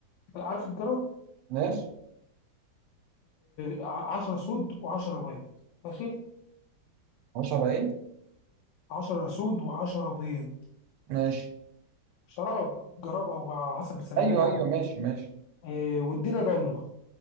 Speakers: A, on the left; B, on the right.
A: عارف الجراب
B: ماشي
A: 10 سود و10 بيض ماشي
B: 10 ايه
A: 10 سود و10 بيض
B: ماشي
A: شراب جراب او على حسب بتسميه
B: ايوه
A: يعني
B: ايوه ماشي ماشي
A: آه، والدنيا ضلمه